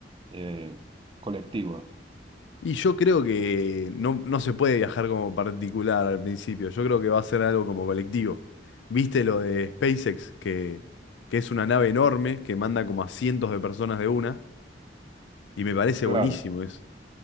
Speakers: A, on the right (about 30°); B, on the left (about 80°).
A: eh, colectiva?
B: Y yo creo que no, no se puede viajar como particular al principio. Yo creo que va a ser algo como colectivo. ¿Viste lo de SpaceX, que, que es una nave enorme que manda como a cientos de personas de una? Y me parece
A: Claro,
B: buenísimo eso.